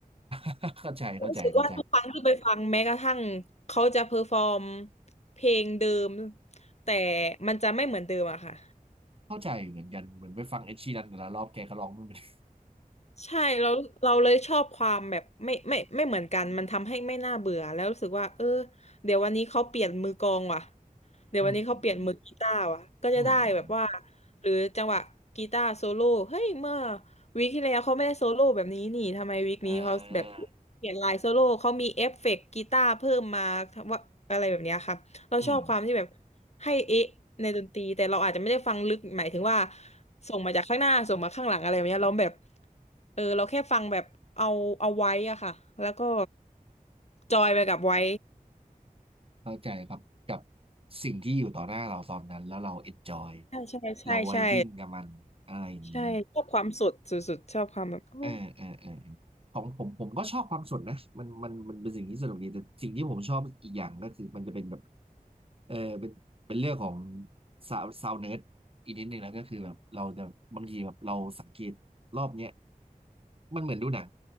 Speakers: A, on the right; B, on the left.
A: <laughs> เข้าใจเข้าใจเข้าใจ
B: รู้สึกว่าทุกครั้งที่ไปฟังแม้กระทั่งเขาจะเพอร์ฟอร์มเพลงเดิมแต่มันจะไม่เหมือนเดิมอะค่ะ
A: เข้าใจเหมือนกันเหมือนไปฟังเอ็ดชีรันแต่ละรอบแกก็ร้องไม่เหมือน
B: ใช่เราเราเลยชอบความแบบไม่ไม่ไม่เหมือนกันมันทำให้ไม่น่าเบื่อแล้วรู้สึกว่าเออเดี๋ยววันนี้เขาเปลี่ยนมือกลองว่ะเดี๋ยววันนี้เขาเปลี่ยนมือกีตาร์ว่ะก็จะได้แบบว่า
A: อืมอืมอืมอืมอืมอม
B: หรือจังหวะกีตาร์โซโล่เฮ้ยเมื่อวีคที่แล้วเขาไม่ได้โซโล่แบบนี้นี่ทำไมวีคนี้เขาแบบ
A: อ่า
B: เปลี่ยนลายโซโล่เขามีเอฟเฟกต์กีตาร์เพิ่มมาทำว่าอะไรแบบเนี้ยค่ะ เราชอบความที่แบบ
A: อืม
B: ให้เอ๊ะในดนตรีแต่เราอาจจะไม่ได้ฟังลึกหมายถึงว่าส่งมาจากข้างหน้าส่งมาข้างหลังอะไรแบบเนี้ยเราแบบเออเราแค่ฟังแบบเอาเอาไว้อะค่ะแล้วก็จอยไปกับไว้
A: เข้าใจครับกับสิ่งที่อยู่ต่อหน้าเราตอนนั้นแล้วเราเอนจอย
B: ใช่ใช่ใช่ใช่
A: เราไวบิ้งกับมันอะไรอย่างนี้
B: ใช่ชอบความสดสุดๆชอบความแบบโอ้
A: อ่าอ่าอ่าของผมผมก็ชอบความสดนะมันมันมันเป็นสิ่งที่สนุกดีแต่สิ่งที่ผมชอบอีกอย่างก็คือมันจะเป็นแบบเออเป็นเป็นเรื่องของซาวซาวเนิร์ดอีกนิดนึงแล้วก็คือแบบเราจะบางทีแบบเราสังเกตรอบเนี้ยมันเหมือนดูหนัง